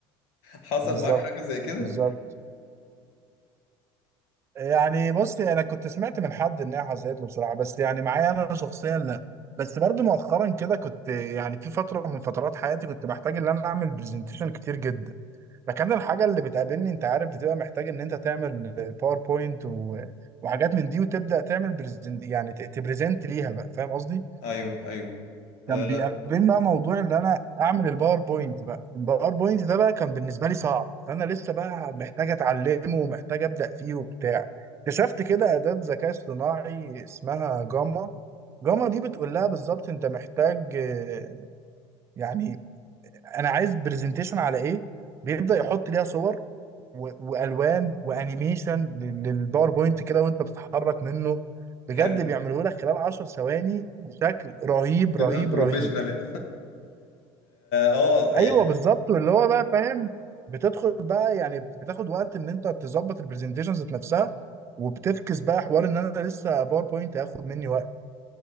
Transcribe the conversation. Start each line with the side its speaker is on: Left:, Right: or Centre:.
Left: حصل
Right: بالظبط
Left: معاك حاجة زي كده؟
Right: بالظبط يعني بص انا كنت سمعت من حد انها حصلت له بصراحه بس يعني معايا انا شخصيا لا بس برضو مؤخرا كده كنت يعني في فتره من فترات حياتي كنت بحتاج ان انا اعمل برزنتيشن كتير جدا فكان الحاجه اللي بتقابلني انت عارف بتبقى محتاج ان انت تعمل باوربوينت و... وحاجات من دي وتبدا تعمل برزنت يعني ت- تبرزنت ليها بقى فاهم قصدي
Left: ايوه ايوه
Right: كان
Left: آه
Right: بيقابلني بقى موضوع ان انا اعمل الباوربوينت بقى الباوربوينت ده بقى كان بالنسبه لي صعب فانا لسه بقى محتاج اتعلمه ومحتاج ابدا فيه وبتاع اكتشفت كده اداه ذكاء اصطناعي اسمها جاما جاما دي بتقول لها بالظبط انت محتاج آه، يعني انا عايز برزنتيشن على ايه بيبدا يحط ليها صور و- والوان وانيميشن لل- للباوربوينت كده وانت بتتحرك منه بجد
Left: حلو
Right: بيعمله لك خلال 10 ثواني بشكل رهيب رهيب
Left: تبقى بروفيشنال
Right: رهيب
Left: <laughs> اه آه،
Right: ايوه
Left: يعني
Right: بالظبط واللي هو بقى فاهم بتدخل بقى يعني بتاخد وقت ان انت تظبط البرزنتيشن ذات نفسها وبتفكس بقى حوار ان انا لسه باوربوينت هياخد مني وقت